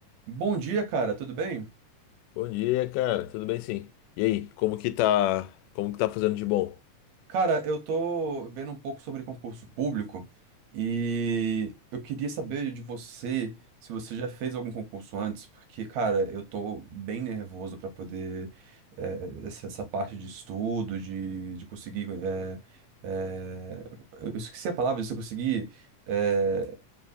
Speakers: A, on the right (about 70°); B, on the left (about 85°).
A: Bom dia, cara, tudo bem?
B: Bom dia, cara. Tudo bem, sim. E aí, como que tá, como que tá fazendo de bom?
A: Cara, eu tô vendo um pouco sobre concurso público e eu queria saber de você se você já fez algum concurso antes, porque, cara, eu tô bem nervoso pra poder eh, essa, essa parte de estudo, de, de conseguir. eh, eh, eu esqueci a palavra, de você conseguir eh,